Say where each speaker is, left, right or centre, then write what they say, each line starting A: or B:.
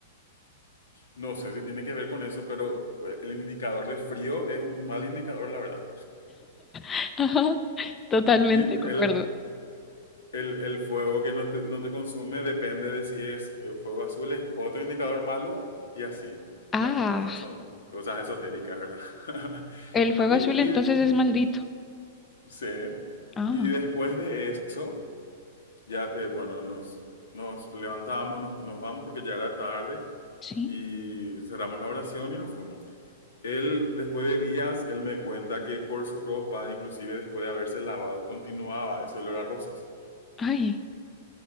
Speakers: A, on the left; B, on the left.
A: No sé si tiene que ver con eso, pero eh, el indicador de frío es un mal indicador, la verdad.
B: <laughs> Ajá, totalmente,
A: Y el,
B: concuerdo.
A: el, el fuego que no te, no te consume depende de si es eh, fuego azul, es otro indicador malo y así.
B: Ah,
A: Bueno, esas son cosas esotéricas, ¿verdad? <laughs>
B: el fuego
A: Y,
B: azul entonces
A: y,
B: es maldito.
A: sí.
B: Ah,
A: y después de eso, Ya, eh, bueno, nos, nos levantamos, nos, nos vamos porque ya era tarde
B: sí.
A: y cerramos la oración y nos fuimos. Él, después de días, él me cuenta que por su ropa, inclusive después de haberse lavado, continuaba ese olor a rosas.
B: Ay,